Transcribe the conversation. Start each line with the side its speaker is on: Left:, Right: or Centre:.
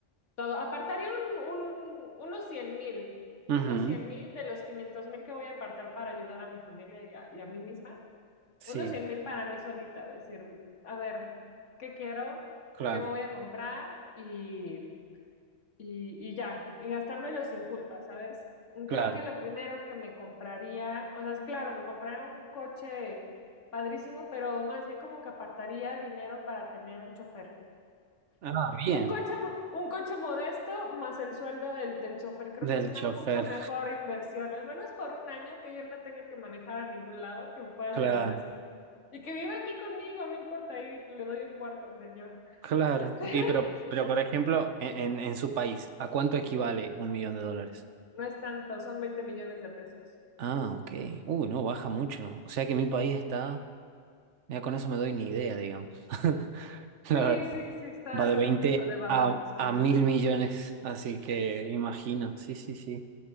Left: todo. Apartaría un, un- unos cien mil, unos
Right: Ujú.
Left: cien mil de los quinientos mil que voy a apartar para ayudar a mi familia y a, y a mí misma.
Right: Sí,
Left: Unos 100 mil para mí solita, decir, a ver, ¿qué quiero?
Right: claro,
Left: ¿Qué me voy a comprar? Y, y, y ya, y gastármelo sin culpa, ¿sabes?
Right: claro.
Left: Creo que lo primero que me compraría, o sea, es claro, me compraría un coche padrísimo, pero más bien como que apartaría dinero para tener un chofer.
Right: Ah, bien,
Left: Un coche, mo- un coche modesto más el sueldo del, del chofer, creo
Right: del
Left: que es una
Right: chofer,
Left: mucho mejor inversión, al menos por un año que yo no tenga que manejar a ningún lado, que me puedan
Right: claro,
Left: llevar así. Y que viva aquí conmigo, no importa, ahí le doy un cuarto al señor.
Right: claro.
Left: Este,
Right: Y pero, pero por ejemplo, en, en en su país, ¿a cuánto equivale un millón de dólares?
Left: <laughs> no es tanto, son 20 millones de pesos.
Right: Ah, ok. Uy, no, baja mucho. O sea que mi país está, ya con eso me doy ni idea, digamos. <laughs> La
Left: Sí,
Right: verdad,
Left: sí, sí, está,
Right: va
Left: está
Right: de 20
Left: fuerte su devaluación.
Right: a, a mil millones, así que imagino. Sí, sí, sí,